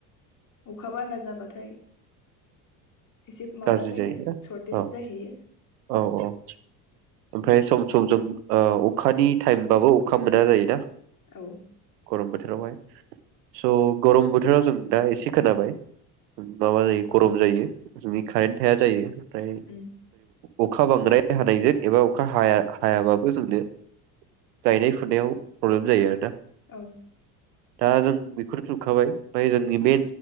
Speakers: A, on the left (about 40°); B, on the right (about 80°).
A: अखा बारा जाबाथाय एसे माबा
B: गाज्रि
A: जायो
B: जायोना
A: सर्टेज
B: औ
A: जाहैयो।
B: औ औ ओमफ्राय सम सम जों अखानि टाइमबाबो अखा मोना जायोना।
A: औ
B: गरम बोथोरावहाय। स' गरम बोथोराव जों दा एसे खोनाबाय माबा जायो गरम जायो। जोंनि कारेन्ट थाया जायो फ्राय
A: उम
B: अखा बांद्राय हानायजों एबा अखा हाया हायाबाबो जोंनो गायनाय फुनायाव प्रब्लेम जायो आरोना।
A: औ।
B: दा जों बेफोर जोबखाबाय ओमफ्राय जोंनि बे